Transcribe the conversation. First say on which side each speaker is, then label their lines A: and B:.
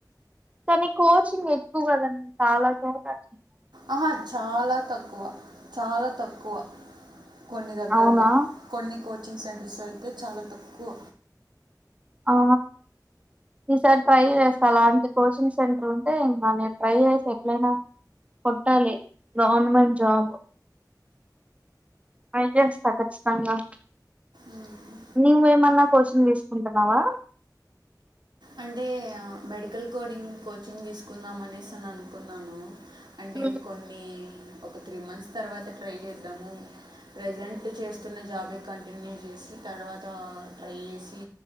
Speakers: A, on the right; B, on the right.
A: కానీ కోచింగ్ ఎక్కువ కదండి చాల సేపే
B: ఆహ చాలా తక్కువ చాలా తక్కువ కొన్ని దగ్గర్లా
A: అవునా
B: కొన్ని కోచింగ్ సెంటర్స్ అయితే చాలా తక్కువ
A: ఆ ఈసారి ట్రై చేస్తా అలాంటి కోచింగ్ సెంటర్ ఉంటే ఇంకా నేను ట్రై చేసి ఎట్లైనా కొట్టాలి గవర్నమెంట్ జాబ్ ట్రై చేస్తా ఖచ్చితంగా
B: మ్మ్.
A: నువ్వేమన్నా కోచింగ్ తీసుకుంటున్నావా
B: అంటే మెడికల్ కోడింగ్ కోచింగ్ తీసుకుందాం అనేసి అని అనుకున్నాను అంటేఇం
A: ఉమ్
B: కొన్ని ఒక త్రీ మంత్స్ తర్వాత ట్రై చేద్దాము ప్రజెంట్ చేస్తున్న జాబే కంటిన్యూ చేసి తర్వాత ఆ ట్రై చేసి